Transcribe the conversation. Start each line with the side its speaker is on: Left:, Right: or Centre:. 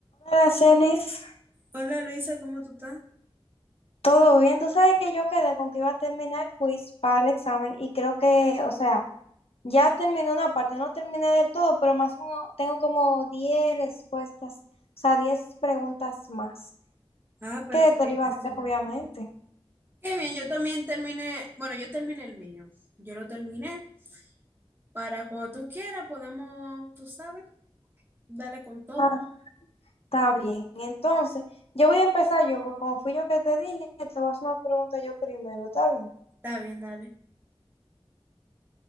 Left: Hola, Celis.
Right: Hola Luisa, ¿cómo tú estás?
Left: ¿Todo bien? Tú sabes que yo quedé con que iba a terminar el quiz para el examen y creo que, o sea, ya terminé una parte, no terminé del todo, pero más uno, tengo como 10 respuestas, o sea, 10 preguntas más,
Right: Ah, pero
Left: que te
Right: qué
Left: lo iba
Right: bien.
Left: a hacer, obviamente.
Right: Qué bien, yo también terminé, bueno, yo terminé el mío, yo lo terminé. Para cuando tú quieras podemos, tú sabes, dale con todo.
Left: Ah, está bien. Entonces, yo voy a empezar yo, porque como fui yo que te dije, te voy a hacer una pregunta yo primero, ¿está bien?
Right: Está bien, dale.